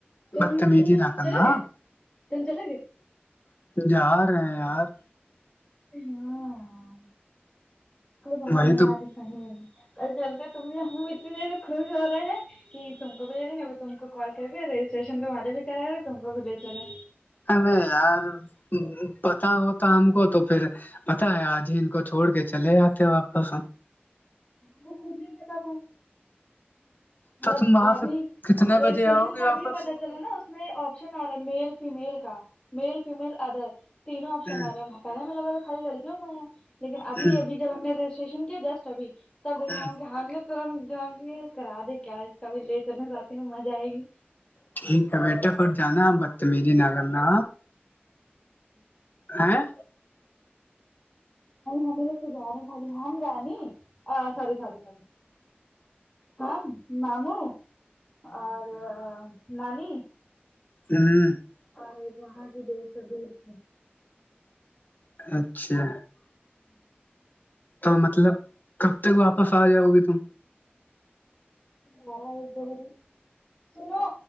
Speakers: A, on the left; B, on the left.
A: تم
B: بدتمیزی نہ کرنا
A: چلا گ تم چلا گ
B: جا رہے ہیں یار
A: ہاں کل بہت
B: وہی
A: مزہ
B: تو
A: آتی نہیں کل چلتے تم ہم مت جیس خوش ہو رہا ہے کہ تم کو بھی لے لیں گے اب تم کو کال کر کے رجسٹریشن توہارے بھی کرا رہا تم کو بھی لے چلے
B: ہمیں یار پت ہو تو ہم کو تو پھر پتا ہے آج ہی ان کو چھوڑ کے چلے آاتتے واپس
A: وہ خج کو مطلب
B: تو تم وہاں
A: ابھی
B: سے کتنے
A: رجسٹریشن
B: بجے آؤ گے
A: کا
B: واپس
A: ابھی پتا رہ نا اس میں آپشن آ رہا ہے میل فیمیل کا میل فیمیل ادر تینوں آپشن
B: ہوں
A: آ رہے ہیں پہے میں لگا تھا خالی لڑکیوں کا ہیں لیکن ابھی
B: ہوں
A: اب جب ہم نے رجسٹریشن کیا جسٹ اب تب دیکھا
B: ہوں
A: ہ کہ ہم نے تنت کرا د کیا اس کا بھی لے چلنا چاہتی ہ مزہ آئے گی
B: ٹھیک ہے بیٹا پر جانا بدتمیزی نہ کرنا
A: ہوںی
B: ہےاں
A: ہمیں تو تو جانے خالی ہم رانی آ ساری ساری ساری ہاں ماموں اور نانی
B: ھمم
A: <unintelligible>
B: اچھا
A: ھمم
B: تو مطلب کب تک واپس آ جاؤ گی تم
A: بارا ایک دو بری سنو